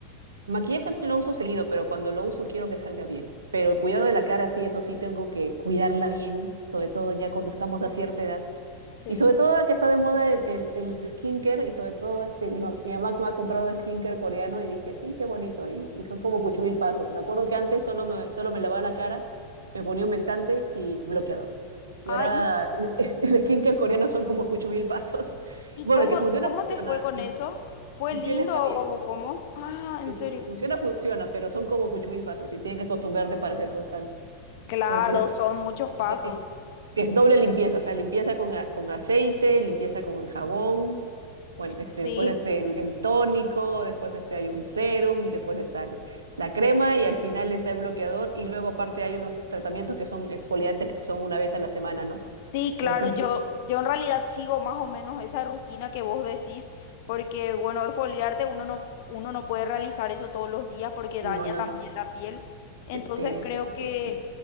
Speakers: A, on the right; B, on the left.
A: Maquillaje no lo uso seguido, pero cuando lo uso quiero que salga bien. Pero el cuidado de la cara, sí, eso sí tengo que cuidarla bien, sobre todo ya cuando estamos a cierta edad.
B: Sí.
A: Y sobre todo ahora que está de moda el, el, el skincare, y sobre todo este, mi, mam- mi mamá que me ha comprado skincare coreano, y dije, sí, qué bonito. Y, y son como cuchumil pasos. Me acuerdo que antes solo me, solo me lavaba la cara, me ponía humectante y bloqueador. Y
B: Ah,
A: ahora
B: ¿y,
A: el, <laughs> el skincare coreano son como cucho mil pasos.
B: y
A: Bueno,
B: cómo,
A: el que funciona,
B: cómo
A: funciona.
B: te fue con
A: Mi,
B: eso? ¿Fue
A: mi
B: lindo
A: piel está bien.
B: o cómo? Ah, en
A: Que
B: serio.
A: fu- que funciona, funciona, pero son como cucho mil pasos y tienen que acostumbrarte para ser constante.
B: Claro,
A: Porque es,
B: son muchos pasos.
A: porque es, que es doble limpieza, o sea, limpieza con, a- con aceite, limpieza con jabón. Bueno, este,
B: Sí.
A: después este, el, el tónico, después este, hay un serum, después está el- la crema y al final está el bloqueador. Y luego aparte hay unos tratamientos que son exfoliantes que son una vez a la semana, ¿no?
B: Sí, claro,
A: Pero son
B: yo,
A: varios.
B: yo en realidad sigo más o menos esa rutina que vos decís, porque bueno, exfoliarte uno no, uno no puede realizar eso todos los días porque daña
A: No, no,
B: también
A: no.
B: la piel. Entonces
A: Te, te-
B: creo
A: te
B: que,
A: fío.